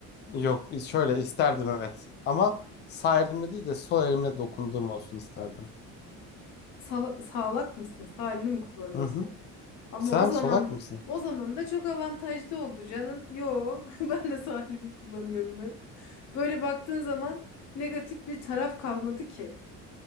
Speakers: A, on the left (about 35°); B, on the left (about 60°).
A: Yok şöyle isterdim evet ama sağ elimle değil de sol elimle dokunduğum olsun isterdim.
B: Sala- sağlak mısın? Sağlini mi kullanıyorsun?
A: Hı hı.
B: Ama
A: Sen
B: o zaman
A: solak mısın?
B: o zaman da çok avantajlı oldu canım. Yo, <laughs> ben de sağlimi kullanıyorum hep. Böyle baktığın zaman negatif bir taraf kalmadı ki.